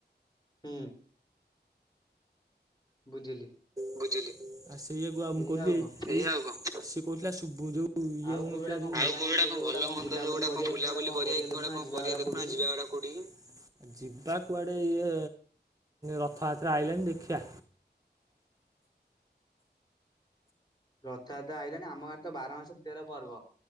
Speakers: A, on the left; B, on the right.
A: ହୁଁ। ବୁଝିଲି।
B: ଆଉ ସେଇଆକୁ ଆଉ ମୁଁ
A: ଏଇଆ
B: ଏଇ କହୁଥିଲି
A: କଣ
B: ସେ କହୁଥିଲା ଶୁବୁ ଯଉ
A: ଆଉ କୋଉ
B: <unintelligible>
A: ଗୋଟା କଣ ଭଲ ମନ୍ଦ ଯୋଉ ଗୋଟା କଣ ବୁଲାବୁଲି କରିବା କି ଗୋଟେ କଣ କରିବା ଦେଖୁନା ଯିବା ଗୋଟା କୋଉଠିକି।
B: ଯିବା କୁଆଡେ ଇଏ ରଥ ଆସି-ଆଇଲାଣି ଦେଖିବା।
A: ରଥଯାତ୍ରା ଆଇଲାଣି ଆମ ଗାଁରେ ତ ବାର ମାସ ତେର ପର୍ବ